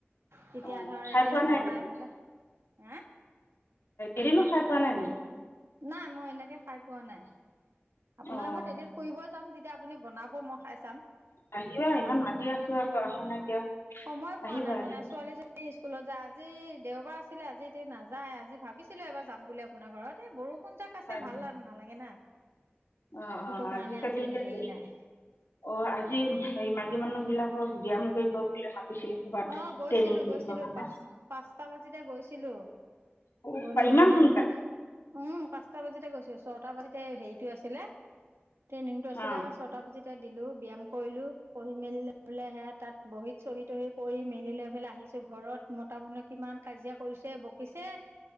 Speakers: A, on the right; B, on the left.
A: তেতিয়া
B: অঁ
A: ধৰ
B: খাই
A: এদিন
B: পোৱা নাই
A: বনাই
B: নেকি
A: পিনে। হে?
B: এদিনো খাই পোৱা নাই নি?
A: নাই মই এনেকে খাই পোৱা নাই। আপোনাৰ
B: অঁ
A: ঘৰত এদিন ফুৰিব যাম, তেতিয়া আপুনি বনাব মই খাই চাম।
B: আহিবা, ইমান মাতি আছো আকৌ অহা নাই কিয়।
A: সময় পোৱা
B: আহিবা
A: নাই
B: এদিন
A: মানে ছোৱালীজনী। এই স্কুলত যা আজি দেওবাৰ আছিলে আজি এইটো নাযায়, আজি ভাবিছিলো এবাৰ যাম বুলি আপোনাৰ ঘৰত এ বৰষুণ যাক। আছে
B: হয়
A: ভাল
B: নেকি
A: নালাগে না,
B: অঁ
A: সেইটো
B: অঁ
A: কাৰণে
B: আজিকালি
A: আজি
B: এতিয়া
A: হেৰি নাই।
B: অ আজি হেৰি মাইকী মানুহ বিলাকক ব্যয়াম কৰিব বুলে মাতিছিল। ক'ৰবাত
A: অ গৈছিলো,
B: ট্ৰেইনিং কৰিবৰ
A: গৈছিলো
B: কাৰণে
A: পাঁচ পাঁচটা বাজিতে গৈছিলো।
B: অ
A: গলোঁ,
B: বা ইমান
A: গৈ
B: সোনকালে
A: উম 'পাঁচটা বজাতে গৈছো, ছটা বজাতে হেৰিটো আছিলে ট্ৰেইনিংটো আছিলে।
B: অ
A: ছটা বজাতে দিলোঁ ব্যায়াম কৰিলো, কৰি মেলি সে তাত বহীত চহি তহি কৰি মেলি লৈ পেলাই আহিছো ঘৰত মতা মানুহে কিমান কাজিয়া কৰিছে, বকিছে।